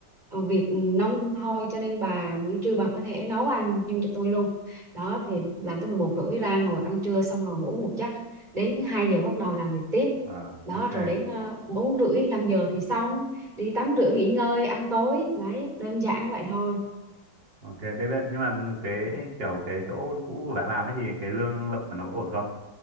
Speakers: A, on the right; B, on the right.
A: ờ, việc nông thôi cho nên bà buổi trưa bà có thể nấu ăn giùm cho tôi luôn đó thì làm tới 11 rưỡi ra ngồi ăn trưa xong rồi ngủ một giấc đến 2 giờ bắt đầu làm việc tiếp
B: ờ
A: đó
B: ok
A: rồi đến ờ, 4 rưỡi 5 giờ thì xong đi tắm rửa nghỉ ngơi ăn tối đấy đơn giản vậy thôi
B: ok biết biết nhưng mà cái kiểu cái chỗ cũ của bạn làm ấy thì cái lương lậu của nó có ổn không